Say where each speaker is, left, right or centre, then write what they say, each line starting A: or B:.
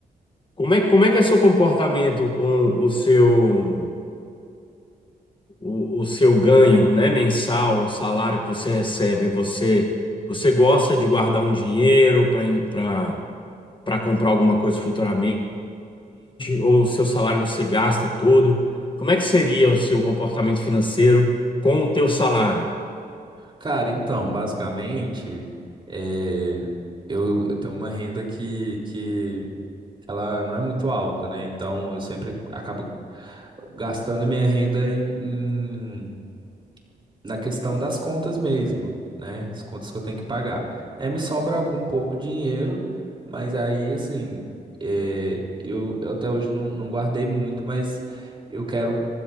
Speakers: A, on the left (about 30°); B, on the right (about 30°).
A: Como é, como é que é seu comportamento com o seu, o, o seu ganho, né, mensal, o salário que você recebe? Você, você gosta de guardar um dinheiro para para comprar alguma coisa futuramente? Ou o seu salário você gasta todo? Como é que seria o seu comportamento financeiro com o teu salário?
B: Cara, então, basicamente, eh, eu, eu tenho uma renda que, que ela não é muito alta, né? Então, eu sempre acabo gastando a minha renda em, em- na questão das contas mesmo, né? As contas que eu tenho que pagar. E aí me sobra algum pouco dinheiro, mas aí, assim, eh, eu, eu até hoje não, não guardei muito, mas eu quero